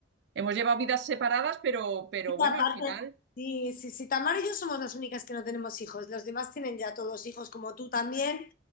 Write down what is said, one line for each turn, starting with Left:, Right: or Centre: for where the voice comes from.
Right: hemos llevado vidas separadas, pero, pero
Left: Y
Right: bueno,
Left: aparte,
Right: al final,
Left: sí, sí, sí, Tamara y yo somos las únicas que no tenemos hijos. Los demás tienen ya todos hijos, como tú también.